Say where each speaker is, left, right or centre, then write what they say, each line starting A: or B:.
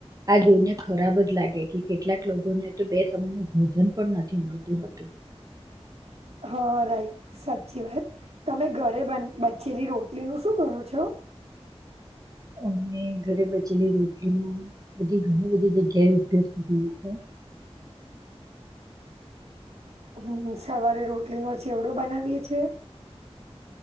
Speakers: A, on the right; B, on the right.
A: આ જોઈને ખરાબ જ લાગે કે કેટલાક લોકોને તો બે સમયનુ ભોજન પણ નથી મળતું હતુ.
B: <inaudible> હ રાઇટ સાચી વાત તમે ઘરે બન બચેલી રોટલીનું શું કરો છો?
A: અમે ઘરે બચેલી રોટલીનું બધી ઘણી બધી જગ્યાએ ઉપયોગ કર્યો હતો.
B: હમ્મ સવારે રોટલીનો ચેવડો બનાવીએે છીએ.